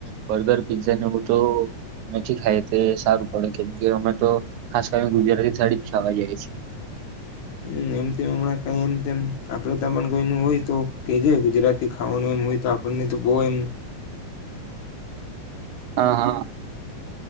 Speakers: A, on the right; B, on the left.
A: બર્ગર પીઝા ને એવ તો નથી ખાય તે સારું પડે કેમ કે અમે તો ખાસ કરીને ગુજરાતી થાળી જ ખાવા જઈ છે.
B: હમ એમ તેમ હમણાં કઈ એમ તેમ આપડે તા પણ કોઈનુ હોય તો કેજ ગુજરાતી ખાવાનું એમ હોય તો આપણને તો બહ એમ.
A: હા હા.